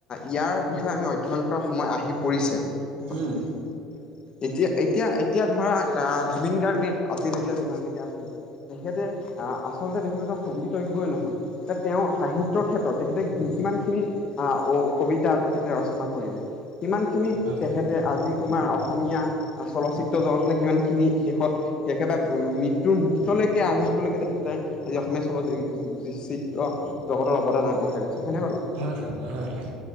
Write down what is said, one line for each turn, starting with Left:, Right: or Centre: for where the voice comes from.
Left: ইয়াৰ বিষয়ে আমি অধ্যয়ন কৰা সময় আহি পৰিছে। এতিয়া
Right: উম
Left: এতিয়া এতিয়া ধৰা আ জুবিন গাৰ্গ আজিলৈকে যিমানলৈকে আছিল তেখেতে আ আচলতে তেখেত এজন সংগীতজ্ঞই নহয়, যে তেওঁ সাহিত্যৰ ক্ষেত্ৰত তেখেতে কিমানখিনি আ ঔ কবিতা তেখেতে ৰচনা কৰিলে, সিমানখিনি
Right: হয়
Left: তেখেতে আজি তোমাৰ অসমীয়া চলচ্চিত্ৰ জগতলৈ কিমানখিনি শেষত একেবাৰে মৃ টোৰ মুহূৰ্তলৈকে আগমহূৰ্তলৈকে তেখেতে আজি অসমীয়া চলচিত্ৰ জগতৰ অৱদান আগবঢ়াই গৈছে। হয়নে বাৰু
Right: হয় হয় হয় হয়